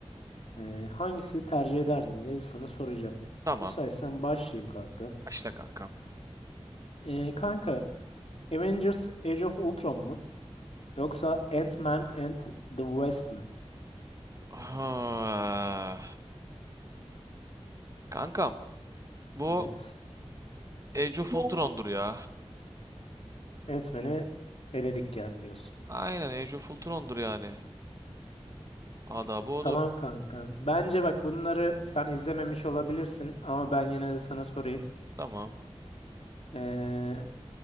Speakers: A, on the left; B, on the right.
A: Ee, hangisini tercih ederdin diye sana soracağım.
B: Tamam.
A: Müsaitsen başlayayım kanka.
B: Başla kankam.
A: Ee, kanka Avengers Age of Ultron mu? Yoksa Ant-Man and the Wasp mı?
B: Ah, kankam bu
A: Evet.
B: Age of Ultron'dur ya.
A: Ant-Man'i eledik yani diyorsun.
B: Aynen Age of Ultron'dur yani. Adabı odur.
A: Tamam kanka. Bence bak bunları sen izlememiş olabilirsin ama ben yine de sana sorayım.
B: Tamam.
A: Ee,